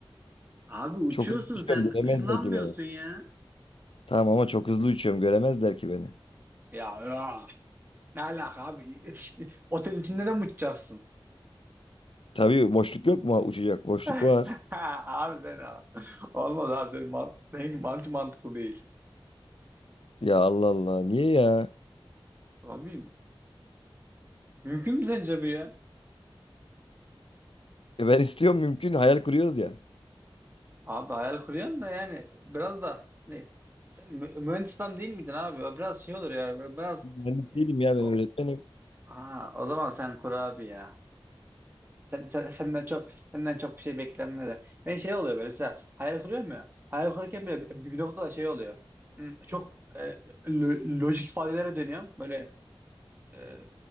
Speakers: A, on the right; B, on the left.
A: Abi uçuyorsun
B: Çok hızlı uçuyorum
A: sen.
B: göremezler
A: ışınlanmıyorsun
B: ki beni.
A: ya.
B: Tamam ama çok hızlı uçuyorum göremezler ki beni.
A: Ya, ya. Ne alaka abi? <laughs> Otelin içinde de mi uçacaksın?
B: Tabii boşluk yok mu uçacak? Boşluk
A: <laughs>
B: var.
A: Abi sen olmaz abi senin man seninki mantı mantıklı değil.
B: Ya Allah Allah niye ya?
A: Abi mümkün mü sence bu ya?
B: E ben istiyorum mümkün hayal kuruyoruz ya.
A: Abi hayal kuruyorsun da yani biraz da hani, sen mü- mühendis adam değil miydin abi? Biraz şey olur ya böyle biraz
B: Ben
A: e,
B: değilim ya
A: o,
B: ben öğretmenim.
A: ha, o zaman sen kur abi ya. Sen, sen- senden çok senden çok bir şey beklenmez. ya. Ben şey oluyor böyle mesela hayal kuruyorum ya. Hayal kurarken bile bir, bir noktada şey oluyor. Hı, Çok e, lo- lojik ifadelere dönüyorum. Böyle e,